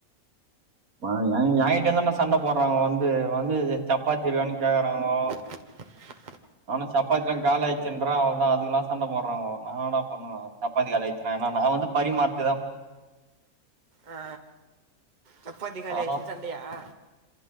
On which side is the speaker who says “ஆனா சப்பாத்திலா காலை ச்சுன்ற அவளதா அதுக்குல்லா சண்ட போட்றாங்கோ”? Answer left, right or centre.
Right